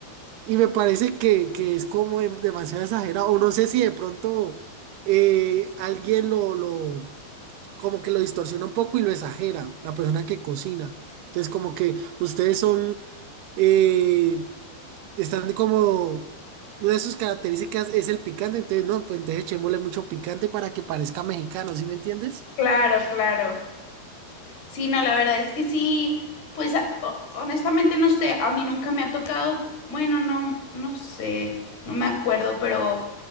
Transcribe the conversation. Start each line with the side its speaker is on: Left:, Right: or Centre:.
Right: Y me parece que, que es como dem- demasiado exagerado. O no sé si de pronto eh, alguien lo, lo, como que lo distorsiona un poco y lo exagera, la persona que cocina. Entonces como que ustedes son... eh, están como, una de sus características es el picante, entonces no, pues entonces echémosle mucho picante para que parezca mexicano, ¿sí me entiendes?
Left: Claro, claro. Sí, no, la verdad es que sí, pues a- ho- honestamente no sé, a mí nunca me ha tocado, bueno, no, no sé, no me acuerdo, pero